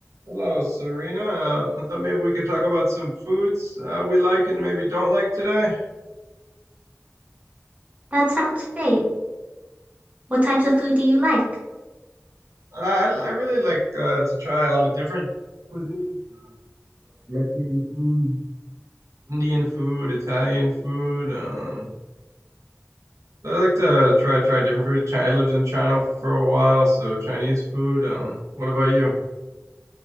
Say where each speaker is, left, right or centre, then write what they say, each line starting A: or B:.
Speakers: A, on the right (about 75°); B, on the right (about 25°).
A: Hello, Serena. Uh, I thought maybe we could talk about some foods uh, we like and maybe don't like today.
B: That sounds great. What types of food do you like?
A: I, I really like uh, to try a lot of different cuisines, uh, like Mexican food, Indian food, Italian food. Um, I like to try try different foods. Chi- I lived in China for a while, so Chinese food. Um, what about you?